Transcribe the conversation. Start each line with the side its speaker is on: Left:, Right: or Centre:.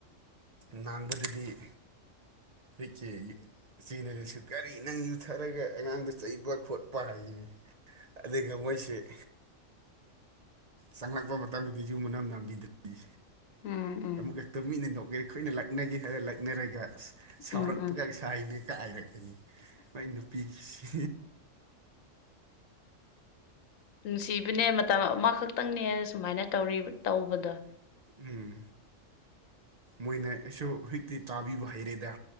Right: ꯉꯥꯡꯕꯗꯗꯤ ꯍꯤꯛꯀꯤ ꯏꯆꯦꯅꯁꯨ ꯀꯔꯤ ꯅꯪ ꯌꯨꯊꯛꯑꯔꯣꯏꯒ ꯑꯩꯉꯥꯡꯗ ꯆꯩꯕ ꯈꯣꯠꯄ ꯍꯥꯏꯒꯅꯤ ꯑꯗꯩꯩ ꯑꯩꯁꯦ ꯆꯪꯂꯛꯄ ꯃꯇꯝꯗꯗꯤ ꯌꯨꯝ ꯃꯅꯝ ꯅꯝꯕꯤꯗꯔ꯭ꯗꯤ
Left: ꯎꯝ ꯎꯝ
Right: ꯑꯃꯨꯛꯀ ꯇꯨꯃꯤꯟꯅ ꯅꯣꯛꯏ ꯈꯣꯏꯅ ꯂꯛꯅꯒꯦ ꯍꯥꯏꯔ ꯂꯛꯅꯩ ꯑꯁ ꯁꯥꯎꯔꯛꯄꯒ
Left: ꯎꯝ ꯎꯝ
Right: ꯁꯥꯏꯅꯦ ꯀꯥꯏꯅꯥ ꯈꯪꯉꯦ ꯃꯥꯏ ꯅꯨꯄꯤ ꯁꯤ
Left: ꯅꯨꯡꯁꯤꯕꯅꯦ ꯃꯇꯝ ꯑꯃꯈꯛꯇꯪꯅꯦ ꯁꯨꯃꯥꯏꯅ ꯇꯧꯔꯤꯕ ꯇꯧꯕꯗꯣ
Right: ꯎꯝ ꯃꯣꯏꯅ ꯑꯩꯁꯨ ꯍꯨꯏꯛꯇꯤ ꯇꯥꯕꯤꯕ ꯍꯩꯔꯦꯗ